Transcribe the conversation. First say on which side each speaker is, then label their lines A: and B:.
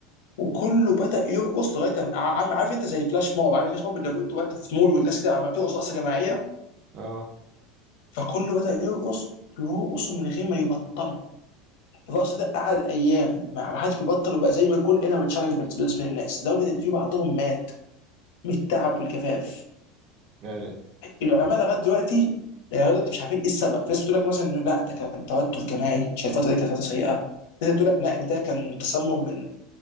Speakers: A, on the left; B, on the right.
A: وكله بدا يرقص لغايه ما- عارف عارف انت زي الفلاش موب عارف الفلاش موب اللي بتبقى انت في مول والناس كده عم بترقص رقصه جماعيه
B: اه
A: فكله بدا يرقص بيرقصوا من غير ما يبطلوا الرقص ده قعد ايام ما ما حدش بيبطل وبقى زي ما يكون انر تشالنج بالنسبه للناس لدرجه ان في بعضهم مات من التعب والجفاف
B: لا لا
A: العلماء لغايه دلوقتي يعني لغايه دلوقتي مش عارفين ايه السبب في ناس بتقول لك مثلا انه لا ده كان توتر جماعي عشان الفتره دي كانت فتره سيئه ناس بتقول لك لا ان ده كان تسمم من